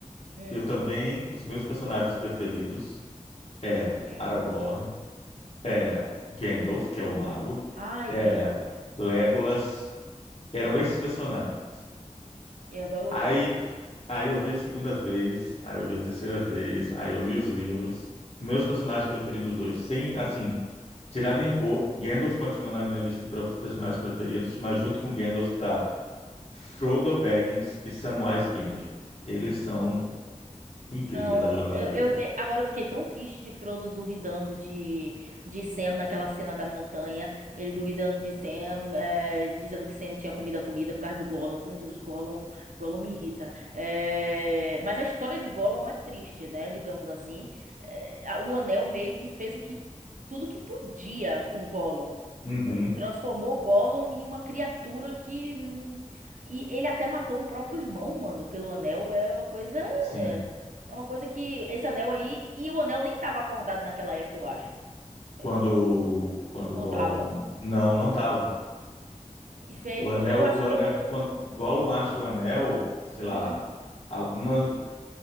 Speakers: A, on the right (about 80°); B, on the left (about 55°).
A: Hum,
B: eu também, os meus personagens preferidos eram
A: hum,
B: Aragorn, era
A: hum.
B: Gandalf, que é o mago,
A: Ai,
B: era
A: Gandalf.
B: Legolas, eram
A: Hum,
B: esses personagens.
A: eu adoro
B: Aí,
A: o Gandalf.
B: aí eu vi a segunda vez, aí eu vi a terceira vez, aí eu li os livros. Meus personagens preferidos hoje, sem, assim, tirar nem pôr, Gandalf continua na minha lista de prof- personagens preferidos, mas junto com Gandalf tá Frodo Baggins e Samwise Gamgee. Eles são incríveis
A: Não,
B: a jornada
A: eu,
B: dele.
A: eu eh, agora eu fiquei tão triste de Frodo duvidando de, de Sam naquela cena da montanha. Ele duvidando de Sam, eh, dizendo que Sam tinha comido a comida por causa de Gollum. Meu Deus, Gollum, Gollum me irrita. Eh, mas a história de Gollum é triste, né? Digamos assim. Eh, a- o Anel meio que fez o que tudo que podia com Gollum.
B: Uhum,
A: Eh, Transformou Gollum em uma criatura que. hum, E ele até matou o próprio irmão, mano, pelo anel. É uma coisa.
B: sim.
A: é, é uma coisa que esse anel aí. E o anel nem tava acordado naquela época, eu acho. É,
B: Quando quando
A: ou
B: Gollum
A: tava.
B: não não tava.
A: E fez.
B: O anel,
A: Eu acho.
B: o anel
A: Eu acho.
B: quando Gollum acha o anel, sei
A: Uhum,
B: lá, algumas